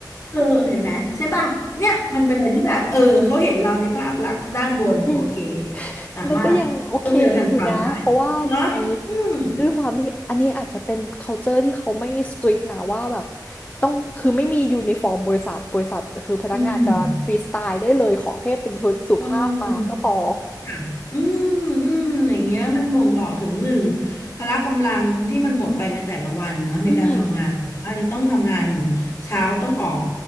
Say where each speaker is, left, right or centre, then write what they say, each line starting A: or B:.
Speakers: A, on the left (about 45°); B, on the left (about 20°).
A: เออเห็นไหมใช่ป่ะเนี่ยมันเป็นอะไรที่แบบเออเขาเห็นเราในภาพลักษณ์ด้านบนโอเค
B: อืม
A: สามารถรวดเร็วทันความได้
B: มันก็ยังโอเคอยู่นะเพราะว่ายังไง
A: เนาะอืม
B: ด้วยความที่อันนี้อาจจะเป็น culture ที่เขาไม่ strict นะว่าแบบต้องคือไม่มียูนิฟอร์มบริษัทบริษัทคือพนักงานจะฟรีสไตล์ได้เลยขอแค่เป็นชนสุภาพมาก็พอ
A: อืมเออค่ะอืมอืมอย่างเงี้ยมันบ่งบอกถึงหนึ่งพละกำลังที่มันหมดไปในแต่ละวันเนอะในการทำงานแบบว่าจะต้องทำงานเหมือนเช้าต้องออก
B: อืม